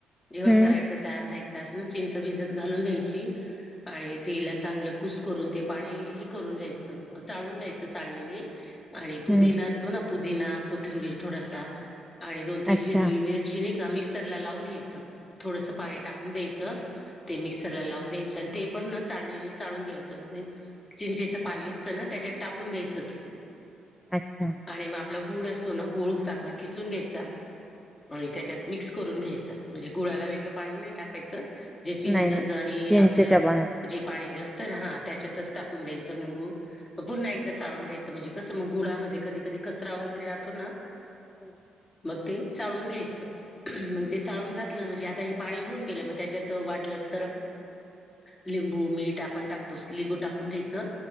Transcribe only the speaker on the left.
जेव्हा करायचं त्या अर्धा एक तास ना चिंच भिजत घालून द्यायची. आणि तेला चांगलं कुस करून ते पाणी हे करून घ्यायचं चाळून घ्यायचं चाळणीने आणि पुदिना
असतो ना पुदिना कोथंबीर थोडासा आणि दोन तीन
हिरवी मिर नाही का मिक्सर लावून घ्यायचं थोडस पाणी टाकून द्यायचं. ते मिक्सरला लावून द्यायचं आणि ते पण ना चालणीने चाळून घ्यायचं. चिंचेचं पाणी असत ना त्याच्यात टाकून द्यायचं ते
आणि मग आपला गुड असतो ना गोळ चांगला किसून घ्यायचा म्ह त्याच्यात मिक्स करून घ्यायचं म्हणजे गुळाला वेगळं पाणी नाही टाकायचं. जे चिंचच
आणि
आपलं
जे पाणी असतं ना हा त्याच्यातच टाकून द्यायचं मग गुळ पुन्हा एकदा चाळून घ्यायचं म्हणजे कसं मग गुळामध्ये कधी कधी कचरा वगैरे राहतो ना.
मग ते चाळून घ्यायचं मग ते चाळून जातलं ना म्हणजे आता हे पाणी होऊन गेलं मग त्याच्यात. तर वाटलंस तर लिंबू मीठ आपण टाकतोच लिंबू टाकून घ्यायचं.